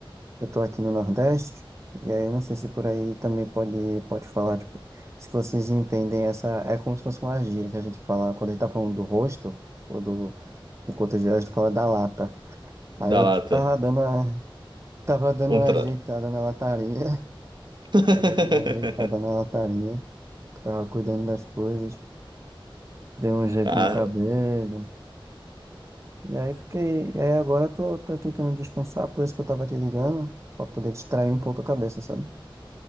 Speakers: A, on the right; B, on the right.
A: Eu tô aqui no Nordeste, e aí eu não sei se por aí também pode, pode falar, tipo, se vocês entendem essa. É como se fosse uma gíria que a gente fala, quando a gente tá falando do rosto, ou do do coto a gente fala da lata. Aí
B: Da
A: eu
B: lata.
A: tava dando a, tava dando
B: Um
A: uma
B: tra...
A: ajeitada na lataria, <laughs>
B: <laughs>
A: tava dando uma ajeitada na lataria, tava cuidando das coisas, dei um jeito
B: Ah,
A: no cabelo, e aí fiquei. E aí agora eu tô, tô tentando descansar, por isso que eu tava te ligando, pra poder distrair um pouco a cabeça, sabe?